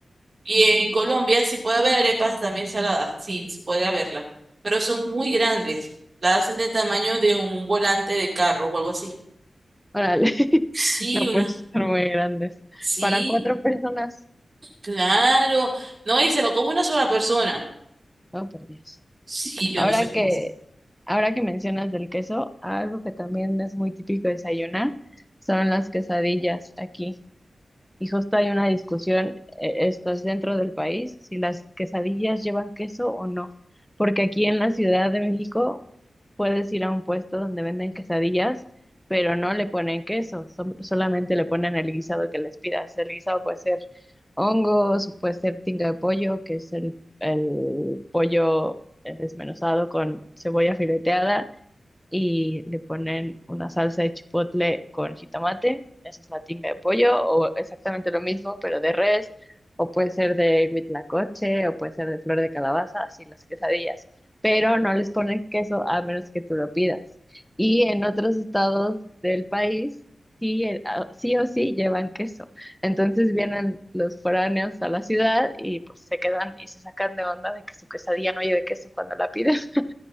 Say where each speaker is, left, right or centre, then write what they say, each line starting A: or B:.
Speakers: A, on the right; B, in the centre.
A: Y en Colombia sí puede haber arepas también saladas, sí, sí puede haberlas, pero son muy grandes. la hacen del tamaño de un volante de carro o algo así.
B: Órale, <laughs>
A: Sí,
B: no
A: una.
B: pues son muy grandes.
A: Sí,
B: Para cuatro personas,
A: claro. No, y se lo come una sola persona.
B: no, por Dios.
A: Sí, yo
B: Ahora
A: no sé cómo
B: que,
A: hacer.
B: ahora que mencionas del queso, algo que también es muy típico desayunar son las quesadillas aquí. Y justo hay una discusión, eh, esto es dentro del país, si las quesadillas llevan queso o no. Porque aquí en la Ciudad de México puedes ir a un puesto donde venden quesadillas, pero no le ponen queso, som- solamente le ponen el guisado que les pidas. El guisado puede ser hongos, puede ser tinga de pollo, que es el, el pollo eh, desmenuzado con cebolla fileteada y le ponen una salsa de chipotle con jitomate. Esa es la tinga de pollo, o exactamente lo mismo, pero de res, o puede ser de huitlacoche, o puede ser de flor de calabaza, así las quesadillas. Pero no les ponen queso a menos que tú lo pidas. Y en otros estados del país, sí, eh, ah, sí o sí llevan queso. Entonces vienen los foráneos a la ciudad y pues se quedan y se sacan de onda de que su quesadilla no lleve queso cuando la piden. <laughs>